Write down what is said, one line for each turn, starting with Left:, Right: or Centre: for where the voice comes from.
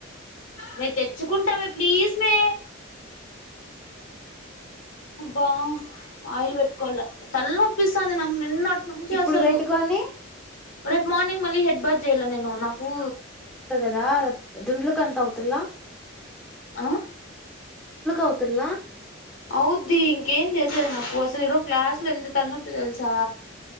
Left: మే తెచ్చుకుంటామే ప్లీజ్ మే అబ్బా ఆయిల్ బట్ తలనొప్పిస్తుంది నాకు నిన్నటి నుంచి
Centre: ఇప్పుడు
Left: అసలు
Centre: పెట్టుకొని
Left: రేపు మార్ మలీ హెడ్బాద్ చేయలా నేను నాకు
Centre: అదా దుండ్లుకి అంత అవుతులా
Left: ఆ
Centre: అవుతుల్లా
Left: అవుద్ది ఇంకేం చేసేది నాకుస ఇ క్లాస్ లో ఎంత తలనప్పు తెలుసా